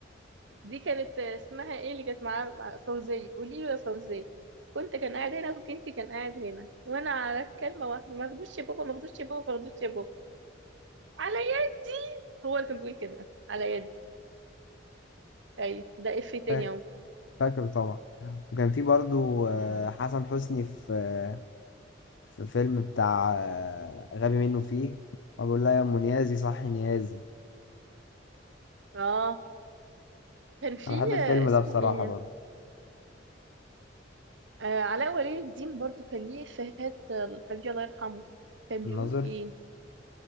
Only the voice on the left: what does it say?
فا-
فاكره طبعا وكان في برضو آه،
حسن حسني في آه، في فيلم بتاع آه، غبي منه فيه وبقول لها يا ام نيازي صحي نيازي
انا بحب الفيلم
ده بصراحة
برضو
الناظر